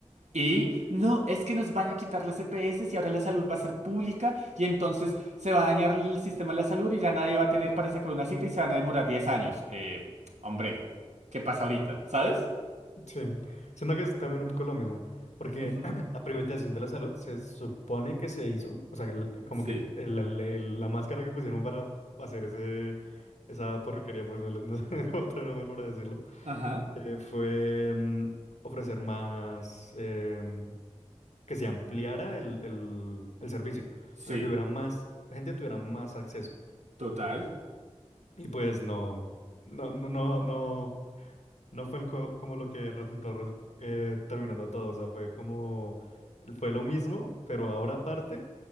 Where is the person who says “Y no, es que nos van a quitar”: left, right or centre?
Right